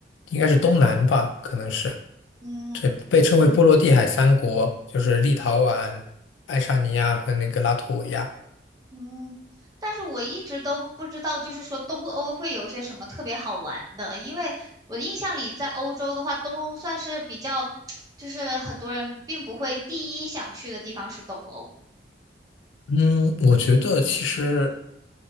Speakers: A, on the left (about 85°); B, on the right (about 20°).
A: 应该是东南吧，可能是
B: 嗯，
A: 这被称为波罗的海三国，就是立陶宛、爱沙尼亚和那个拉脱维亚。
B: 嗯，但是我一直都不知道，就是说东欧会有些什么特别好玩的，因为我的印象里，在欧洲的话，东欧算是比较，<tsk> 就是很多人并不会第一想去的地方是东欧，
A: 嗯，我觉得其实。